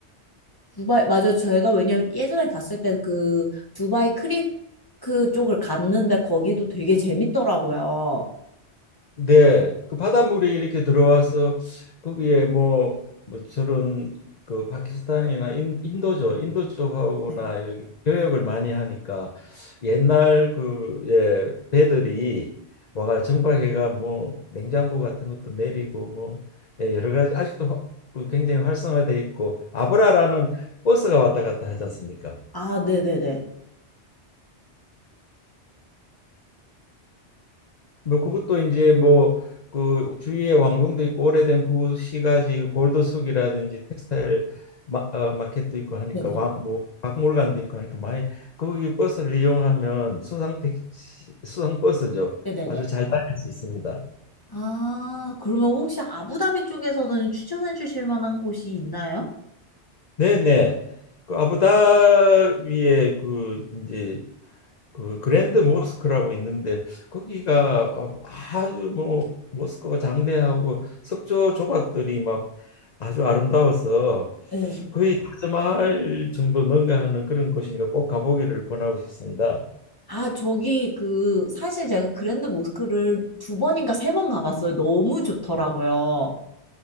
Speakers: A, on the left; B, on the left.
A: 두바이, 맞아 저희가 왜냐면 예전에 갔을 때 그 두바이 크리크 쪽을 갔는데 거기도 되게 재밌더라고요.
B: 네, 그 바닷물이 이렇게 들어와서 거기에 뭐, 뭐 저런 그 파키스탄이나 인, 인도죠. 인도 쪽하고나
A: 네.
B: 이렇게 교역을 많이 하니까 옛날 그 예, 배들이 와가 정박해가 뭐 냉장고 같은 것도 내리고 뭐 예, 여러 가지 아직도 화- 그 굉장히 활성화돼 있고 아브라라는 버스가 왔다 갔다 하지 않습니까?
A: 아, 네네네.
B: 뭐 그것도 이제 뭐 그 주위에 왕궁도 있고 오래된 구시가지 골드숙이라든지 텍스타일 마, 어, 마켓도 있고 하니까
A: 네네.
B: 와, 뭐 박물관도 있고 하니까 많이 거기 버스를 이용하면 수상 택시 수상 버스죠.
A: 네네네.
B: 아주 잘 다닐 수 있습니다.
A: 아, 그러면 혹시 아부다비 쪽에서는 추천해 주실 만한 곳이 있나요?
B: 네네. 그 아부다비의 그 이제 그 그랜드 모스크라고 있는데 거기가 어, 뭐 아주 뭐 모스크가 장대하고 석조 조각들이 막 아주 아름다워서
A: 네
B: 거의 타지마할 정도 능가하는 그런 곳이니까 꼭 가보기를 권하고 싶습니다.
A: 아, 저기 그 사실 제가 그랜드 모스크를 두 번인가 세 번 가봤어요. 너무 좋더라고요.